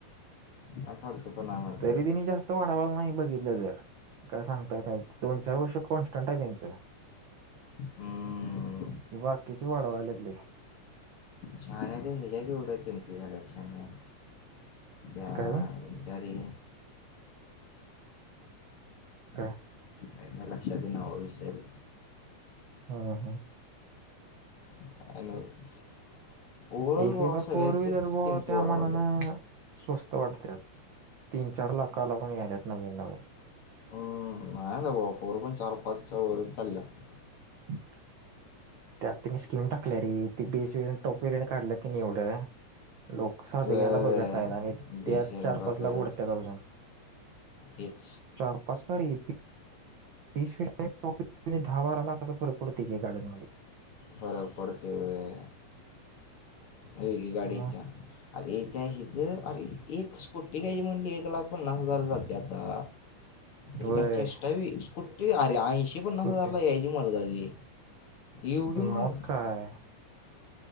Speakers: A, on the left; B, on the right.
A: आणि फालतूपणा मारता
B: तरी तिने जास्त वाढावाला नाही बघितलं तर. काय सांगतात दोन चार वर्ष कॉन्स्टंट आहे त्यांचं
A: ह.
B: हे बाकीची वाढवालेत लय.
A: छान आहे तर ह्याच्या क एवढं किमती झाल्या छान आहे त्या,
B: काय
A: त्या रे
B: का?
A: काय लक्षात येईना बाबा विसरलं
B: हम्म हम्म
A: <inaudible>
B: एकदा
A: भावा सगळ्याच्याच
B: फोर व्हीलर ब
A: किमती
B: त्या
A: वाढवायला
B: मनान स्वस्त‌. वाटते तीन चार लाख लागून याल्यात नवीन नवीन
A: हम्म! नाय बाबा फोर पण चार पाच च्या वर चालल्यात.
B: <inaudible> त्यातने स्किम टाकल्या रे त बेस वेळेने टॉप वेगरने काढलं की एवढं लोक साधे
A: वे
B: घ्यायला बघत नाहीत आणि
A: बेसरंट
B: त्या चार
A: ऑपेरंट
B: पाच ला उडत अजून
A: तेच
B: चार पाच का रे बीशॉप <inaudible> दहा बारा लाखाचा फरक पडतो गाड्यांमधे
A: फरक पडतो. होय. वेगळी गाडी
B: मग
A: येत्या. आरे त्या हिच अरे एक स्कुटी घ्यायली म्हणजे एक लाख पन्नास हजार जाते आता र
B: होय
A: चेष्टा स्कुटी अरे ऐंशी पन्नास
B: स्कूटी
A: हजारला यायची मर्दा ती. एवढी
B: मगं
A: महाग
B: काय.